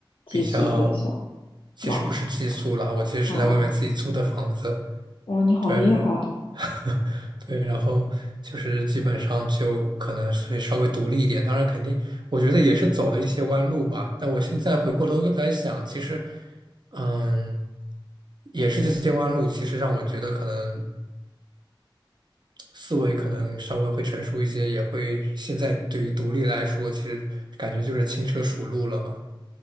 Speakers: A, on the left (about 80°); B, on the right (about 60°).
A: 寄宿学校，
B: 比较，其实不是寄宿啦，
A: 妈，哦
B: 我其实是在外面自己租的房子，
A: 哦，哇，你好厉害！
B: 对，<laughs> 对，然后就是基本上就可能会稍微独立一点，当然肯定我觉得也是走了一些弯路吧，但我现在回过头来想，其实，嗯。也是这些弯路，其实让我觉得可能思维可能稍微会成熟一些，也会现在对于独立来说，其实感觉就是轻车熟路了嘛。